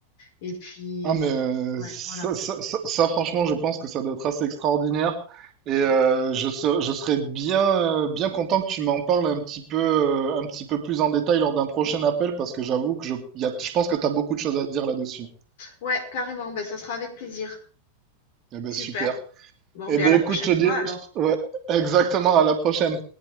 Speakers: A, on the left; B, on the right.
A: Et puis,
B: Ah, mais euh,
A: ouais,
B: ça,
A: voilà.
B: ça- ça- ça, franchement, je pense que ça doit être assez extraordinaire. Et
A: Mm.
B: euh, je, ser- je serais bien, euh, bien content que tu m'en parles un petit peu, euh, un petit peu plus en détail lors d'un prochain appel, parce que j'avoue que je, il y a, je pense que tu as beaucoup de choses à dire là-dessus.
A: Ouais, carrément. Ben, ça sera avec plaisir.
B: Eh ben
A: Super.
B: super.
A: Bon,
B: Eh
A: mais à
B: ben
A: la
B: écoute,
A: prochaine
B: je te dis,
A: fois alors.
B: je- ouais, exactement, à la prochaine.